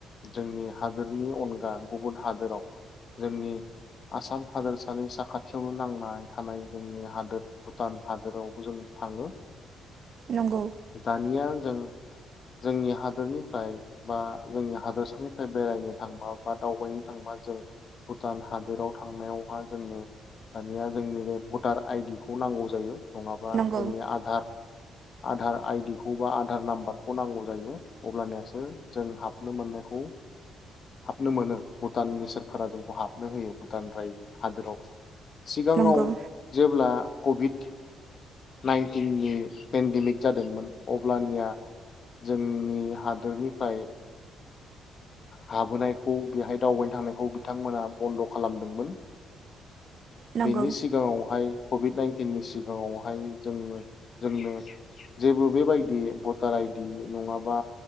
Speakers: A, on the left; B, on the right.
A: जोंनि हादोरनि अनगा गुबुन हादोराव जोंनि आसाम हादोरसानि साखाथियावनो नांनानै थानाय जोंनि हादोर भुटान हादोरावबो जों थाङो
B: नंगौ
A: दानिया जों जोंनि हादोरनिफ्राय बा जोंनि हादोरसानिफ्राय बेरायनो थांबा बा दावबायनो थांबा जों भुटान हादोराव थांनायावहा जोंनो मानिया जोंनि बे भटार आइडिखौ खौ नांगौ जायो नङाबा
B: नंगौ
A: जोंनि आधार आधार आइडिखौ बा आधार नाम्बारखौ नांगौ जायो अब्लनियासो जों हाबनो मोननायखौ हाबनो मोनो भुटाननि सोरखारा जोंखौ हाबनो होयो भुटान राय हादोराव सिगाङाव
B: नंगौ
A: जेब्ला कभिड नाइनटिननि पेन्डेमिक जादोंमोन अब्लानिया जोंनि हादोरनिफ्राय हाबोनायखौ बेहाय दावबायनो थांनायखौ बिथांमोना बन्द' खालामदोंमोन
B: नंगौ
A: बेनि सिगाङावहाय कभिड नाइन दिननि सिगाङावहाय जोंङो जोंनो जेबो बेबायदि भटार आइदि नङाबा